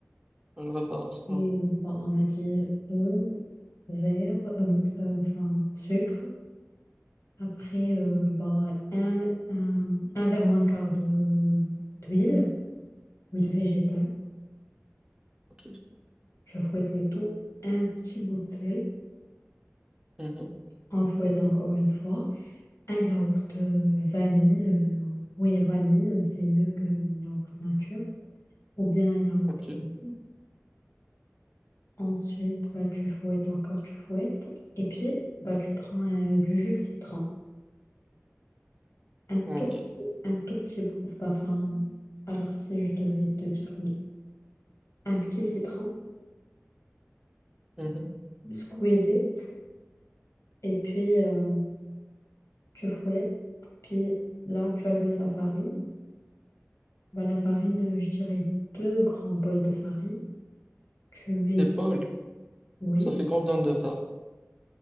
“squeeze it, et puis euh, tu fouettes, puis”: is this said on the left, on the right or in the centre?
Left